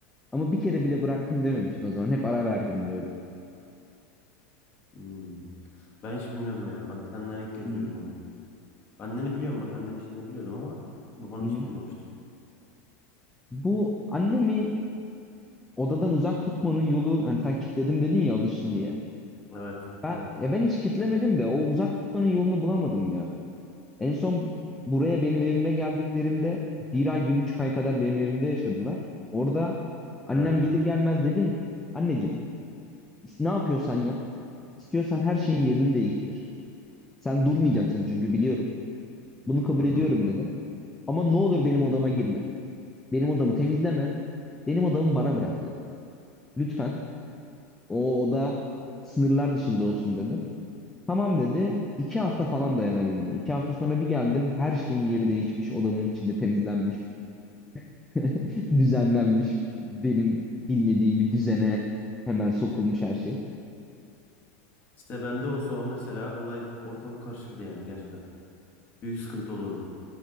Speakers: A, in the centre; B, on the left.
A: ama bir kere bile bıraktım dememişti o zaman. Hep ara verdim diyordu.
B: Hı. Ben hiç bilmiyordum yani. Bak senden ilk kez
A: Hı
B: duydum onu. Anneni biliyorum bak annenin içtiğini biliyordum ama babanı
A: hı. hı.
B: hiç duymamıştım.
A: Bu annemi odadan uzak tutmanın yolu hani sen kitledim dedin ya alıştı diye.
B: Evet.
A: Ben
B: Evet.
A: ya ben hiç kitlemedim de o uzak tutmanın yolunu bulamadım ya. En son buraya benim evime geldiklerinde bir ay, bir buçuk ay kadar benim evimde yaşadılar. Orada annem
B: Evet.
A: gelir gelmez dedim ki, anneciğim ne yapıyorsan yap, istiyorsan her şeyin yerini değiştir. Sen durmayacaksın çünkü biliyorum. Bunu kabul
B: Hı hı.
A: ediyorum dedim. Ama ne olur benim odama girme. Benim odamı temizleme. Benim odamı bana bırak dedim. Lütfen o oda sınırlar dışında olsun dedim. Tamam dedi. İki hafta falan dayanabildi. İki hafta sonra bir geldim. Her şeyin yeri değişmiş. Odamın içinde temizlenmiş. <laughs> düzenlenmiş benim bilmediğim bir düzene hemen sokulmuş her şey.
B: İşte bende olsa o mesela olay ortalık karışırdı yani gerçekten. Büyük sıkıntı olurdu.